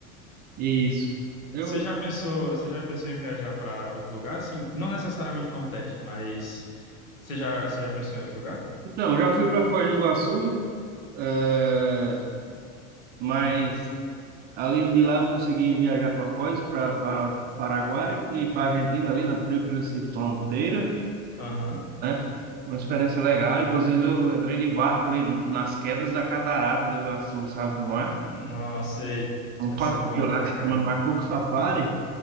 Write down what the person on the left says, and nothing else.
Você já pensou, você já pensou em viajar para outro lugar? Assim, não necessariamente Nordeste, mas você já, você já pensou em outro lugar?
Aham.
Nossa, sei.
Deve
ser bom
lá,
cara.